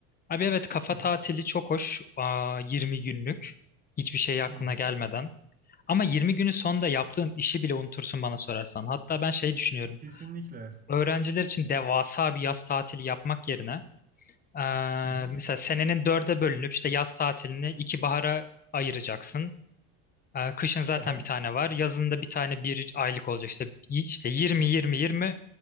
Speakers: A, on the left (about 25°); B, on the right (about 25°).
A: Abi evet kafa
B: hı hı,
A: tatili çok hoş. Aa, 20 günlük. Hiçbir şey aklına
B: hı hı.
A: gelmeden. Ama 20 günün sonunda yaptığın işi bile unutursun bana sorarsan. Hatta ben şey düşünüyorum.
B: Kesinlikle.
A: Öğrenciler için devasa bir yaz tatili yapmak yerine eee,
B: Hı hı.
A: mesela senenin dörde bölünüp işte yaz tatilini iki bahara ayıracaksın. Eee, kışın zaten
B: Aha.
A: bir tane var. Yazın da bir tane bir aylık olacak. İşte, işte 20-20-20